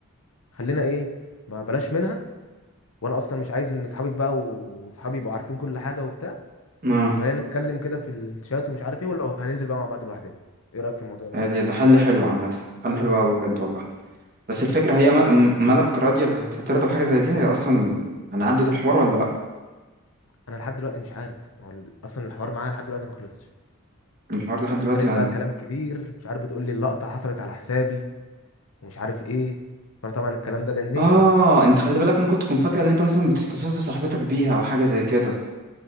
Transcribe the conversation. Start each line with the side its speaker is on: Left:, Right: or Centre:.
Left: خلينا ايه ما بلاش منها وانا اصلا مش عايز ان اصحابك بقى واصحابي يبقوا عارفين كل حاجه وبتاع
Right: اه
Left: وخلينا نتكلم كده في الشات ومش عارف ايه ولا هننزل بقى مع بعض لوحدنا ايه رايك في الموضوع ده
Right: هادي ده حل حلو عامه حل حلو قوي بجد والله بس الفكره هي م- مالك راضيه هترضى بحاجه زي دي هي اصلا انا عدت الحوار ولا لا
Left: انا لحد دلوقتي مش عارف ما هو ال- اصلا الحوار معاها لحد دلوقتي ما خلصش
Right: الحوار لحد دلوقتي
Left: قالت
Right: يعني
Left: بقى كلام كبير مش عارف بتقول لي اللقطه حصلت على حسابي ومش عارف ايه فانا طبعا الكلام ده جنني
Right: اه انت خلي بالك ممكن تكون فاكره ان انت مثلا بتستفز صاحبتك بيها او حاجه زي كده